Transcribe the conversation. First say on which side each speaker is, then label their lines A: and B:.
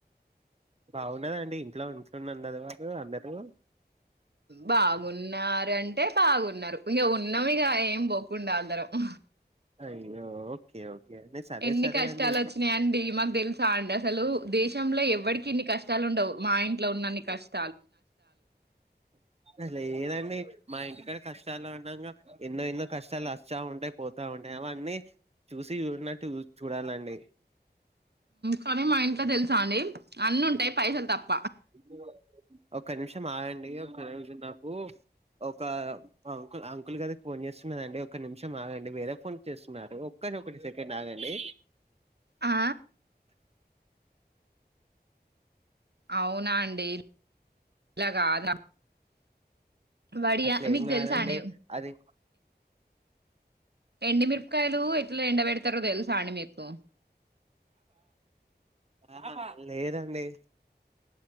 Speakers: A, on the right; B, on the right.
A: బాగున్నదండి ఇంట్లో ఉంచునిది వారు అందరూ
B: బాగున్నారా అంటే బాగున్నారు ఇక ఉన్నాం ఇక ఏం పోకుండా అ అందర ఊహ
A: అయ్యో ఓకే ఓకే అండి సరే
B: ఎన్ని
A: సరే
B: కష్టాలు
A: అండి
B: వచ్చినాయిండి. మాకు తెలుసా అండి అసలు. దేశంలో ఎవడికి ఇన్ని కష్ట కష్టాలు ఉండవు. మా ఇంట్లో ఉన్న కష్ట
A: అసలు ఏనండి. మా ఇంటికడ కష్టాలు ఉండగా ఎన్నో ఎన్నో కష్టాలు వస్తా ఉంటాయి. పోతా ఉంటాయి అవన్నీ చూసి చూనట్టు చూడాలండి.
B: కొనీ మా ఇంట్లో తెలుసా అండి అన్నీ ఉంటాయి పైసలు తప్ప.
A: అ ఓ ఒక నిమిషం ఆగండి. ఒక రోజు నాకు ఒక అంకుల్ అంకుల్ గది ఫోన్ చేస్తున్నదండి. ఒక నిమిషం ఆగండి వేరే ఫోన్ చేస్తున్నారు. ఒక్కని ఒకటి సెకండ్ ఆగండి.
B: ఆ అవునా అండి అలాగాద వడియా
A: అట్లా
B: మీకు
A: ఏం కాదండి
B: తెలుసా అండి
A: అది
B: ఎండిమిరపకాయలు ఎట్లా ఎండబెడతారో తెలుసా అండి మీకు
A: హ హ లేదండి